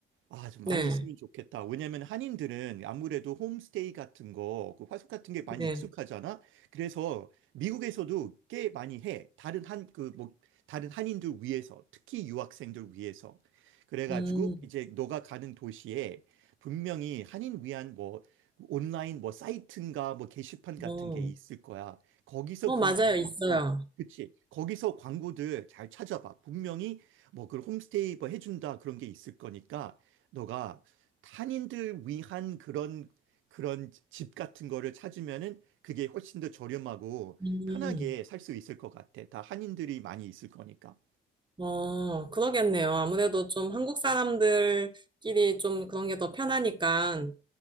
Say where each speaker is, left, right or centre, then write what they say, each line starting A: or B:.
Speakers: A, on the right; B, on the right.
A: 아, 좀 많이
B: 네,
A: 있으면 좋겠다. 왜냐면 한인들은 아무래도 홈스테이 같은 거, 그 화숙 같은 게 많이
B: 네,
A: 익숙하잖아. 그래서 미국에서도 꽤 많이 해. 다른 한, 그 뭐, 다른 한인들 위해서, 특히 유학생들 위해서. 그래가지고
B: 음,
A: 이제 너가 가는 도시에 분명히 한인 위한 뭐, 온라인 뭐 사이트인가 뭐 게시판 같은
B: 어,
A: 게 있을 거야. 거기서
B: 어,
A: 그런
B: 맞아요,
A: 광고,
B: 있어요.
A: 어, 그치. 거기서 광고들 잘 찾아봐. 분명히 뭐 그 홈스테이 뭐 해준다 그런 게 있을 거니까. 너가 탄인들 위한 그런 그런 집 같은 거를 찾으면은 그게 훨씬 더 저렴하고
B: 음,
A: 편하게 살 수 있을 것 같아. 다 한인들이 많이 있을 거니까.
B: 어, 그러겠네요. 아무래도 좀 한국 사람들끼리 좀 그런 게 더 편하니까,